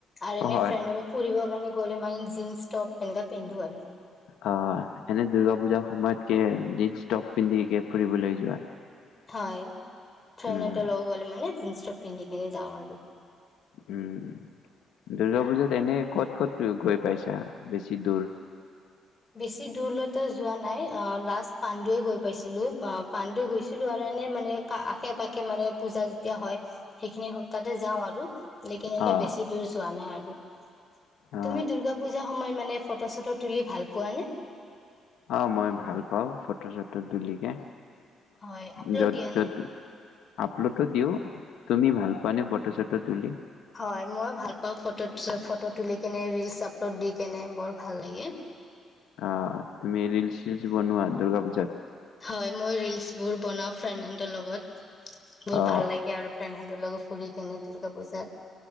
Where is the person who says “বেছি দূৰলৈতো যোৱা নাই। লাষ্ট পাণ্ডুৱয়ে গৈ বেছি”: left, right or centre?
Left